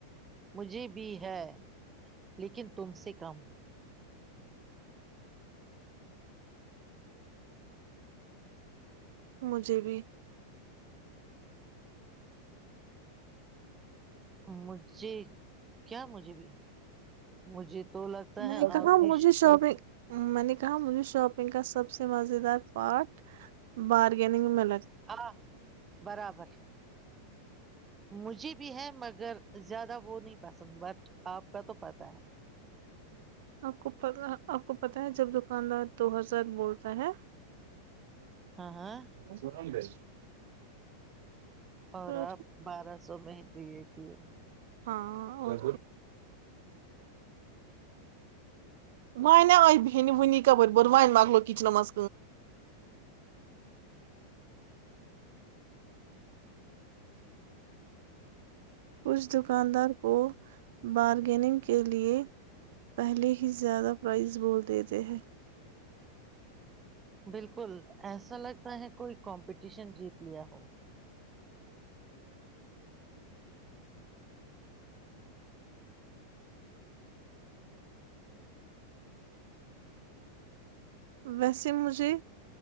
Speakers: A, on the right (about 20°); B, on the right (about 55°).
A: مجھے بھی ہے لیکن تم سے کم
B: مجھے بھی
A: مجھے کیا مجھے بھی مجھے تو لگتا
B: میں
A: ہے
B: نے کہا
A: آپ کی
B: مجھے شاپنگ میں نے کہا مجھے شاپنگ کا سب سے مز دار پارٹ بارگیننگ مل
A: ہاں برابر مجھے بھی ہے مگر زیادہ وہ نہیں پسند بٹ آپ کا تو پت ہے
B: آک پت آک پت جب دکاندار دو ہزار بولتا ہے
A: ہاں ہاں
B: سورام بھائی
A: اور
B: تو
A: آپ بارہ سو میں ہی دیے تھے
B: ہاں اور ونی آئی بنے ونی کپور ب و مکل کچن مز کچھ دکاندار کو بارگیننگ کے لئے پہلے ہی زیادہ پرائز بول دیتے ہیں
A: بالکل ایسا لگ کوئی کمپٹیشن جیت لیا ہو
B: ویسے مجھے